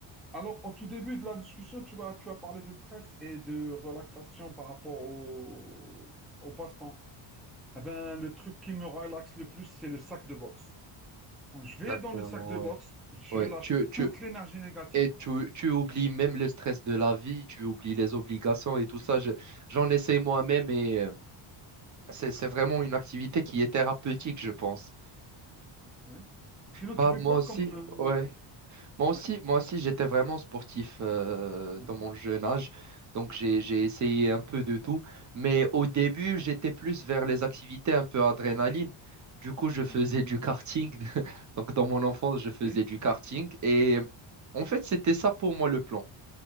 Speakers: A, in the centre; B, on the right (about 35°).
A: Alors, au tout début de la discussion, tu as, tu as parlé de stress et de relaxation par rapport au, au passe-temps. Eh ben, le truc qui me relaxe le plus, c'est le sac de boxe. Quand je vais
B: Exactement,
A: dans le sac de boxe,
B: ouais.
A: je
B: Ouais.
A: lâche
B: Tu, tu,
A: toute l'énergie négative.
B: et tu, tu oublies même le stress de la vie, tu oublies les obligations et tout ça. Je- j'en essaie
A: Voilà.
B: moi-même et euh, c'est, c'est vraiment une activité qui est thérapeutique, je pense.
A: Oui. Sinon,
B: Bah,
A: tu fais
B: moi
A: quoi
B: aussi,
A: comme... euh,
B: ouais. Moi aussi,
A: Ouais.
B: moi aussi, j'étais vraiment sportif euh,
A: OK.
B: dans mon jeune âge, donc j'ai
A: Mhm.
B: j'ai essayé un peu de tout. Mais au début, j'étais plus vers les activités un peu adrénaline. Du coup, je faisais
A: Mhm.
B: du karting. <laughs> Donc dans mon enfance, je faisais
A: OK.
B: du karting et en fait, c'était ça pour moi le plan